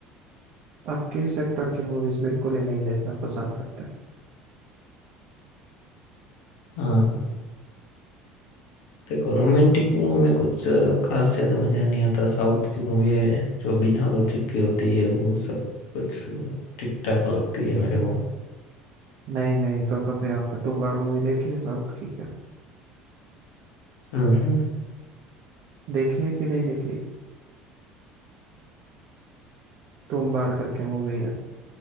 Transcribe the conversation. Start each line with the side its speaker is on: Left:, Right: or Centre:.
Right: आप किस सेक्टर की मूवीज बिल्कुल ही नहीं देखना पसंद करते
Left: हाँ हाँ। देखो रोमांटिक मूवी में कुछ अ, खास ज्यादा मजा नहीं आता साउथ की मूवी है जो बिना लॉजिक की होती है वो सब कुछ ठीक ठाक लगती है मेरे को
Right: नहीं नहीं तो तो फिर आपने तुम्बाड़ मूवी देखी है साउथ की क्या
Left: हम्म हम्म।
Right: देखी है कि नहीं देखी है? तुम्बाड़ करके मूवी है